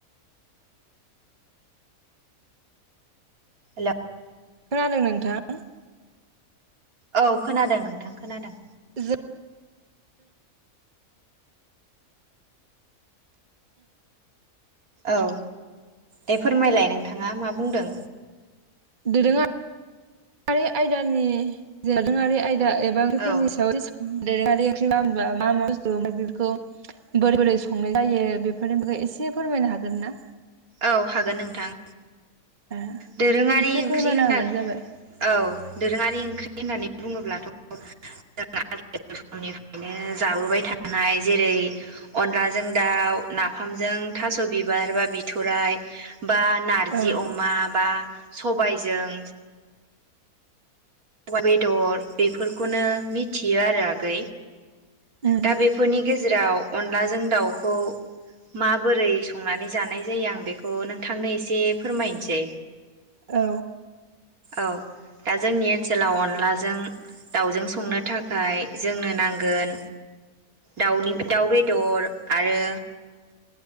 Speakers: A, on the right; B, on the right.
A: हेल'
B: खोनादों नोंथां?
A: औ खोनादों नोंथां खोनादों।
B: जों
A: औ दे फोरमायलाय नोंथाङा मा बुंदों?
B: दोरोङारि आयदानि दोरोङारि आय दा एबा <unintelligible>
A: औ
B: सायाव दि दोरोङारि ओख्रिबा मा - मा बुस्थु बेफोरखौ बोरै - बोरै संनाय जायो बेफोरनि बागै एसे फोरमायनो हागोन ना?
A: औ हागोन नोंथां।
B: ओ
A: दोरोङारि
B: एसे
A: ओंख्रि
B: फोरमायना
A: होनना
B: होबानो जाबाय
A: औ दोरोङारि ओंख्रि होननानै बुङोब्लाथ' जों आ समनिफ्रायनो जाबोबाय थानाय जेरै अनलाजों दाउ नाफामजों थास' बिबार बा बिथराइ बा नारजि
B: ओं
A: अमा बा सबायजों अमा बेदर बेफोरखौनो मिथियो आरो आगै।
B: उम
A: दा बेफोरनि गेजे जेराव अनलाजों दाउखौ माबोरै संनानै जानाय जायो आं बेखौ नोंथांनो एसे फोरमायनोसै।
B: औ।
A: औ दा जोंनि ओनसोलाव अनलाजों दाउजों संनो थाखाय जोंनो नांगोन दाउनि दाउ बेदर आरो